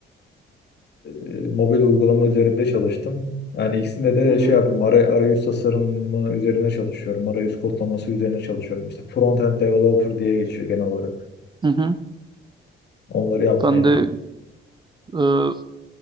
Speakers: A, on the left (about 60°); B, on the right (about 25°).
A: e, mobil uygulama üzerinde çalıştım. Yani ikisinde de
B: Hmm.
A: şey yapıyorum, aray- arayüz tasarımı üzerine çalışıyorum. Arayüz kodlaması üzerine çalışıyorum. İşte front-end developer diye geçiyor genel olarak.
B: Hı hı.
A: Onları yaptım
B: Ben
A: yani.
B: de e,